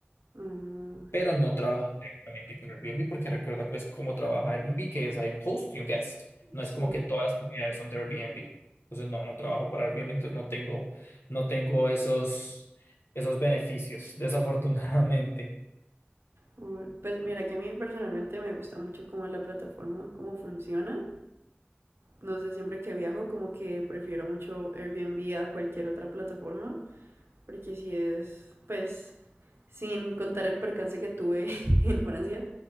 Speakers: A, on the right (about 80°); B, on the left (about 75°).
A: Mm,
B: pero no trabajo directamente con Airbnb porque recuerda pues cómo trabaja Airbnb, que es hay un host y un guest. No
A: sí.
B: es como que todas las propiedades son de Airbnb. Entonces no, no trabajo para Airbnb, entonces no tengo, no tengo esos, esos beneficios, <laughs> desafortunadamente.
A: Uy, Pues mira que a mí personalmente me gusta mucho cómo es la plataforma, cómo funciona. No sé, siempre que viajo como que prefiero mucho Airbnb a cualquier otra plataforma. Porque si es, pues, sin contar el percance que tuve <laughs> en Francia,